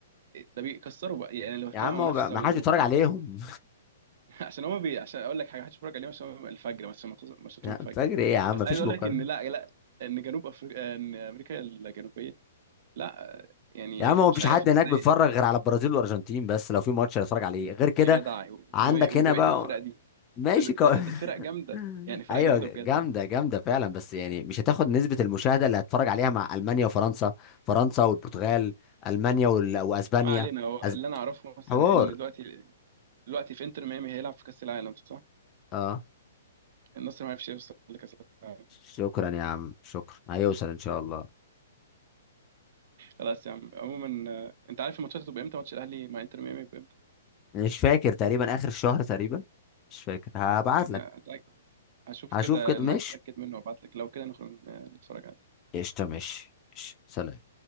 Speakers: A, on the right; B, on the left.
A: ده بيكسروا بقى يعني لو كان
B: يا عم
A: منافسه
B: هو ما
A: و...
B: حدش بيتفرج
A: و-
B: عليهم
A: <laughs> عشان هما بي... عشان اقول لك حاجه هتتفرج عليهم عشان هما الفجر مثلا ماتش-
B: <laughs>
A: ماتشاتهم
B: يا
A: الفجر
B: عم فجر ايه يا عم
A: بس
B: مفيش
A: عايز اقول
B: مقارنه
A: لك ان لا لا ان جنوب افريقيا ان امريكا الجنوبيه لا يعني
B: يا عم هو
A: مش
B: مفيش
A: عارف
B: حد هناك
A: ازاي
B: بيتفرج غير على البرازيل والارجنتين بس لو في ماتش هيتفرج عليه غير كده
A: يا جدع
B: عندك
A: و... وبقيه
B: هنا بقى
A: الفرق دي
B: ماشي
A: ده ده
B: كو...
A: ده فرق
B: <laughs>
A: جامده يعني فرق
B: ايوه
A: جامده
B: جامده
A: بجد يعني.
B: جامده فعلا بس يعني مش هتاخد نسبه المشاهده اللي هتتفرج عليها مع المانيا وفرنسا فرنسا والبرتغال المانيا وال... واسبانيا
A: ما علينا هو
B: أسب...
A: اللي انا اعرفه مثلا
B: حوار
A: ان دلوقتي دلوقتي في انتر ميامي هيلعب في كاس العالم صح؟
B: اه
A: النصر ما عرفش يوصل لكاس العالم
B: شكرا يا عم شكرا هيوصل ان شاء الله
A: خلاص يا عم عموما آه، انت عارف الماتشات هتبقى امتى ماتش الاهلي مع انتر ميامي هيبقى امتى؟
B: مش فاكر تقريبا اخر الشهر تقريبا مش فاكر هبعت
A: هت-
B: لك
A: هتلاقي- هشوف
B: هشوف
A: كده
B: كده
A: الميعاد
B: ماشي
A: اتاكد منه وابعت لك لو كده نخرج آه، نتفرج
B: قشطه ماشي ماشي. سلام